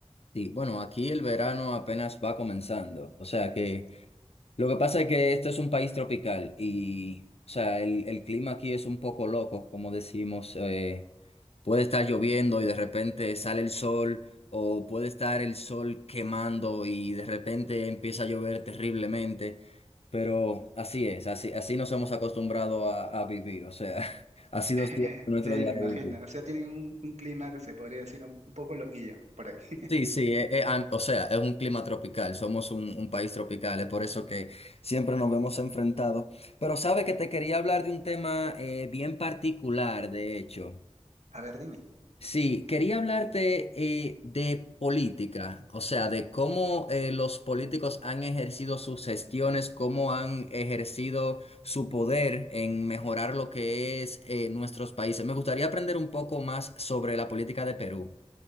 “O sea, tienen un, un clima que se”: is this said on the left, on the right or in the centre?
Right